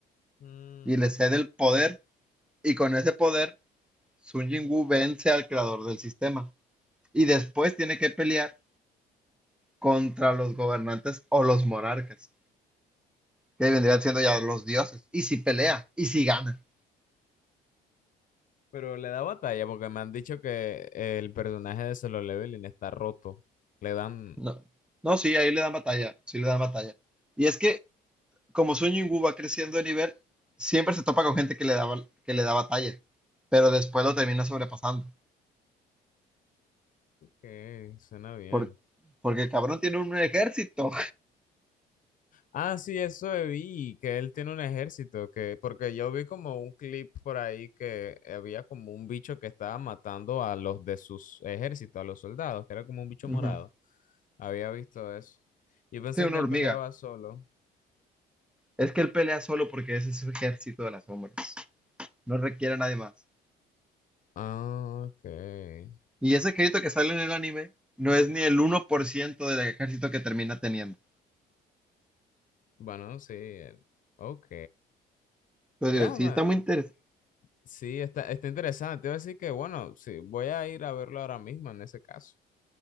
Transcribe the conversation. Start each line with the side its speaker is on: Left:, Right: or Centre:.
Left: Mm,
Centre: Y le cede el poder, y con ese poder, Sun Yingu vence al creador del sistema. y después tiene que pelear contra los gobernantes o los monarcas, que vendrían siendo ya los dioses. Y si pelea, y si gana.
Left: Pero le da batalla porque me han dicho que el personaje de Solo Leveling está roto. Le dan
Centre: No, no, sí, ahí le dan batalla, sí le dan batalla. Y es que como Sun Yungu va creciendo de nivel, siempre se topa con gente que le da, bal- que le da batalla, pero después lo termina sobrepasando.
Left: Eh, suena bien.
Centre: Por- porque el cabrón tiene un ejército,
Left: Ah, sí, eso vi, que él tiene un ejército, que, porque yo vi como un clip por ahí que había como un bicho que estaba matando a los de sus ejércitos, a los soldados, que era como
Centre: <laughs>
Left: un bicho morado.
Centre: Ujú.
Left: Había visto eso. Yo pensé
Centre: tiene una
Left: que él
Centre: hormiga.
Left: peleaba solo.
Centre: Es que él pelea solo porque ese es su ejército de las sombras. No requiere a nadie más.
Left: Ah, ok.
Centre: Y ese ejército que sale en el anime no es ni el uno por ciento del ejército que termina teniendo.
Left: Bueno, sí, eh, ok.
Centre: Pero
Left: Déjame,
Centre: digo, sí, está muy interesante.
Left: sí, está, está interesante. Iba a decir que, bueno, sí, voy a ir a verlo ahora mismo en ese caso.